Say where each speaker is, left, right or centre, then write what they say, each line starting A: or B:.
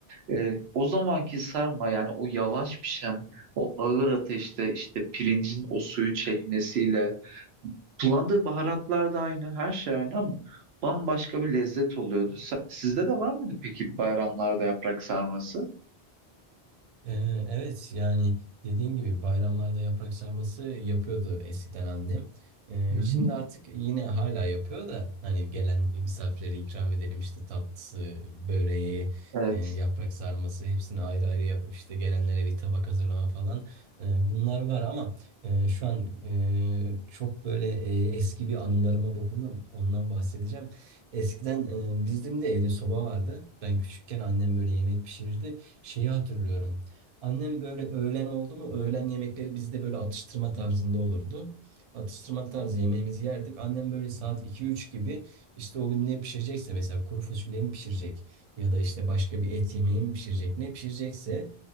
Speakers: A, on the right; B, on the right.
A: e, o zamanki sarma yani o yavaş pişen o ağır ateşte işte pirincin o suyu çekmesiyle kullandığı baharatlar da aynı her şey aynı ama bambaşka bir lezzet oluyordu. Sa- Sizde de var mıydı peki bayramlarda yaprak sarması?
B: Ee, Evet yani dediğin gibi bayramlarda yaprak sarması yapıyordu eskiden annem. Ee,
A: Hı hı.
B: şimdi artık yine hala yapıyor da hani gelen misafirlere ikram edelim işte tatlısı, böreği,
A: Evet.
B: e, yaprak sarması hepsini ayrı ayrı yapıp işte gelenlere bir tabak hazırlama falan Ee, bunlar var ama e, şu an e, çok böyle e, eski bir anılarıma dokundun ondan bahsedeceğim. Eskiden e, bizim de evde soba vardı. Ben küçükken annem böyle yemek pişirirdi şeyi hatırlıyorum. Annem böyle öğlen oldu mu öğlen yemekleri bizde böyle atıştırma tarzında olurdu. Atıştırma tarzı yemeğimizi yerdik. Annem böyle saat iki üç gibi işte o gün ne pişirecekse mesela kuru fasulye mi pişirecek ya da işte başka bir et yemeği mi pişirecek ne pişirecekse